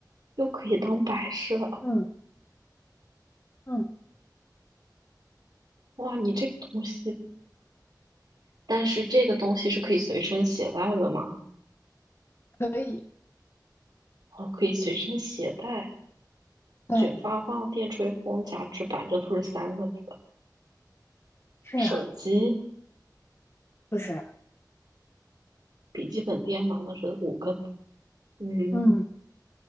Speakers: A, on the right; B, on the left.
A: 又可以当摆设。
B: 嗯嗯，
A: 哇，你这个东西，但是这个东西是可以随身携带的吗？
B: 可以，
A: 哦，可以随身携带，
B: 对，
A: 卷发棒、电吹风、夹直板，这都是三个字。
B: 是啊，
A: 手机、
B: 不是，
A: 笔记本电脑那是五个字。嗯，
B: 嗯